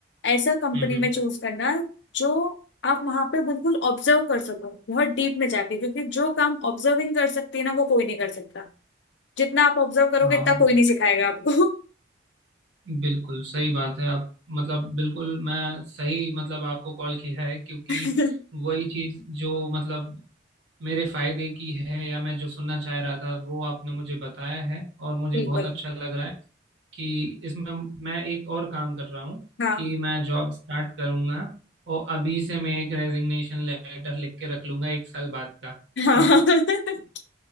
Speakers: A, on the left; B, on the right.
A: ऐसा कंपनी
B: हम्म हम्म
A: में चूज करना जो आप वहां पे बिल्कुल ऑब्जर्व कर सको बहुत डीप में जाके क्योंकि जो काम ऑब्जर्विंग कर सकती है ना वो कोई नहीं कर सकता जितना आप ऑब्जर्व
B: हाँ
A: करोगे इतना कोई नहीं सिखाएगा आपको
B: बिल्कुल सही बात है आप मतलब बिल्कुल मैं सही मतलब आपको कॉल किया है क्योंकि
A: <laughs>
B: वही चीज जो मतलब मेरे फायदे की है या मैं जो सुनना चाह रहा था वो आपने मुझे बताया है और मुझे
A: बिल्कुल
B: बहुत अच्छा लग रहा है कि इसमें मैं एक और काम कर रहा हूँ
A: हाँ
B: कि मैं जॉब स्टार्ट करूंगा और अभी से मैं एक रेजिग्नेशन लेटर लिख के रख लूंगा एक साल बाद का
A: हाँ
B: हाँ,
A: <laughs>